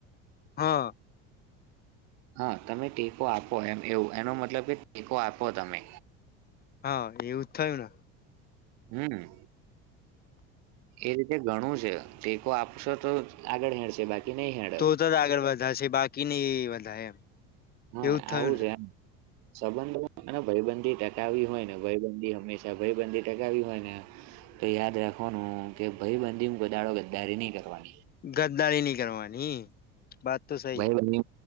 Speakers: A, on the left; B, on the right.
A: હા
B: હા તમે ટેકો આપો એમ એવું એનો મતલબ કે ટેકો આપો તમે
A: હા એવું જ થયું ને
B: હમ એ રીતે ઘણું છે ટેકો આપશો તો આગળ હેડશે બાકી નહી હે
A: તો તો જ આગળ વધા છે બાકી નહ વધારે એમ
B: હા
A: એવું જ
B: આવું
A: થયું ને
B: છે એમ સંબંધો ભયબંધી ટકાવી હોય ને ભયબંધી હંમેશા ભયબંધી ટકાવી હોય ને તો યાદ રાખવાનું કે ભાઈ બંધી કોઈ દાડો ગદ્દારી નહી કરવાની
A: ગદ્દારી નહી કરવાની વાત તો સહી
B: ભાઈ
A: હે
B: વહી